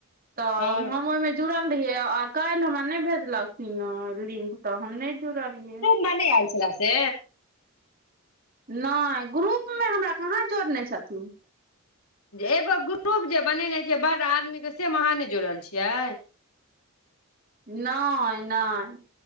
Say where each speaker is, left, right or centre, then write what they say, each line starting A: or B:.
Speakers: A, on the right; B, on the left.
A: तऽ
B: हँ
A: हम ओहिमे जुड़ल रहियै आ काल्हि हमरा नहि भेजलखिन लिंक तऽ हम नहि जुड़लियै
B: मने आयल छल से
A: नहि ग्रुपमे हमरा कहाँ जोड़ने छथिन
B: एगो ग्रुप जे बनेने छै बड़ आदमी के सेमे अहाँ नहि जोड़ल छियै
A: नहि नहि